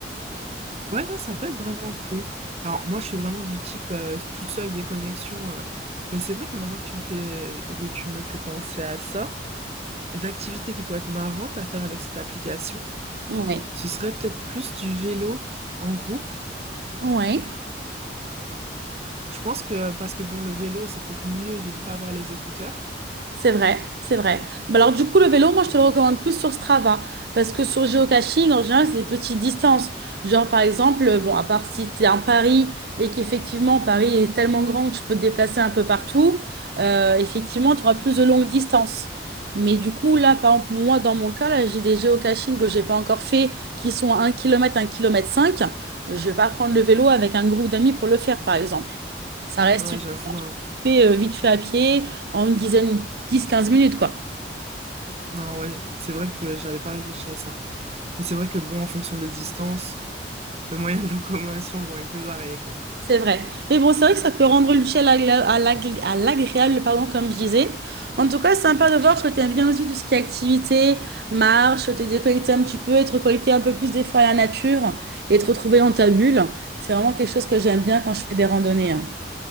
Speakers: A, on the right (about 35°); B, on the right (about 60°).
A: Ouais, non, ça peut être vraiment cool. Alors, moi, je suis vraiment du type euh, toute seule des connexions. euh, mais c'est vrai que maintenant que tu me fais, que tu me fais penser à ça, une activité qui pourrait être marrante à faire avec cette application,
B: Ouais.
A: ce serait peut-être plus du vélo en groupe.
B: Ouais.
A: Je pense que, parce que bon, le vélo, c'est peut-être mieux de ne pas avoir les écouteurs.
B: C'est vrai, c'est vrai. Bah alors du coup, le vélo, moi, je te le recommande plus sur Strava, parce que sur géocaching, en général, c'est des petites distances. Genre, par exemple, euh, bon, à part si tu es en Paris et qu'effectivement, Paris est tellement grand que tu peux te déplacer un peu partout, euh, effectivement, tu auras plus de longues distances. Mais du coup, là, par exemple, moi, dans mon cas, là, j'ai des géocachings que j'ai pas encore fait, qui sont à 1 km, 1 km 5. Je vais pas prendre le vélo avec un groupe d'amis pour le faire, par exemple. Ça reste
A: Ouais, j'avoue, hein.
B: fait euh, vite fait à pied en une dizaine, dix quinze minutes, quoi.
A: Non, ouais, c'est vrai que j'avais pas réfléchi à ça. Mais c'est vrai que bon, en fonction des distances, le moyen de locomotion, bon, il peut varier, quoi.
B: C'est vrai. Mais bon, c'est vrai que ça peut rendre l'utile à l'agla- à l'agl- à l'agréable, pardon, comme je disais. En tout cas, c'est sympa de voir que tu aimes bien aussi tout ce qui est activité, marche, te déconnecter un petit peu, et te reconnecter un peu plus des fois à la nature et te retrouver dans ta bulle. C'est vraiment quelque chose que j'aime bien quand je fais des randonnées. hein.